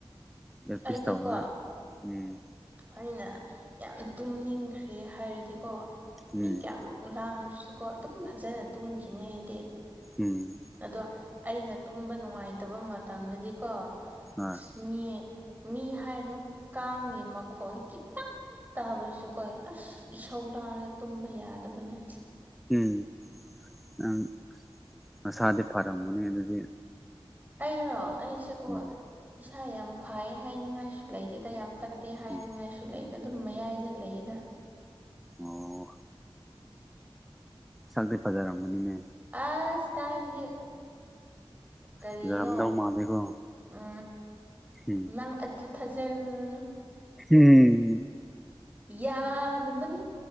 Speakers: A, in the centre; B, on the right (about 15°).
A: ꯏꯌꯥꯔꯄꯤꯁ
B: ꯑꯩꯗꯤꯀꯣ
A: ꯇꯧꯔꯒ ꯎꯝ
B: ꯑꯩꯅ ꯌꯥꯝ ꯇꯨꯝꯅꯤꯡꯈ꯭ꯔꯦ ꯍꯥꯏꯔꯗꯤꯀꯣ
A: ꯎꯝ
B: ꯃꯤ ꯀꯌꯥꯃꯨꯛ ꯂꯥꯡꯉꯁꯨꯀꯣ ꯑꯗꯨꯝ ꯐꯖꯅ ꯇꯨꯝꯈꯤꯅꯤ ꯑꯩꯗꯤ
A: ꯎꯝ
B: ꯑꯗꯣ ꯑꯩꯅ ꯇꯨꯝꯕ ꯅꯨꯡꯉꯥꯏꯇꯕ ꯃꯇꯝꯗꯗꯤꯀꯣ
A: ꯍꯣꯏ
B: ꯑꯁ ꯃꯤ ꯃꯤ ꯍꯥꯏꯔꯅꯨ ꯀꯥꯡꯒꯤ ꯃꯈꯣꯟ ꯈꯤꯇꯪ ꯇꯥꯕꯗꯨꯁꯨ ꯀꯣꯏ ꯑꯁ ꯏꯁꯧ ꯂꯥꯔꯒ ꯇꯨꯝꯕ ꯌꯥꯗꯕꯅꯦ
A: ꯎꯝ ꯅꯪ ꯃꯁꯥꯗꯤ ꯐꯔꯝꯒꯅꯦ ꯑꯗꯨꯗꯤ
B: ꯑꯩꯔꯣ ꯑꯩꯁꯦꯀꯣ
A: ꯎꯝ
B: ꯏꯁꯥ ꯌꯥꯝ ꯐꯩ ꯍꯥꯏꯅꯤꯡꯉꯥꯏꯁꯨ ꯂꯩꯇꯦꯗ ꯌꯥꯝ ꯐ ꯇꯦ ꯍꯥꯏꯅꯤꯡꯉꯥꯏꯁꯨ
A: ꯎꯝ
B: ꯂꯩꯗ ꯑꯗꯨꯝ ꯃꯌꯥꯏꯗ ꯂꯩꯗ
A: ꯑꯣ ꯁꯛꯇ ꯐꯖꯔꯝꯒꯅꯤꯅꯦ
B: ꯑꯁ ꯀꯥꯏꯗꯒꯤ ꯀꯔꯤꯅꯣ
A: ꯐꯖꯔꯝꯗꯧ ꯃꯥꯜꯂꯦꯀꯣ
B: ꯎ
A: ꯎꯝ
B: ꯅꯪ ꯑꯗꯨ ꯊꯥꯖꯔꯨꯔꯅꯨ
A: ꯎꯝ
B: ꯌꯥꯗꯕꯅꯤ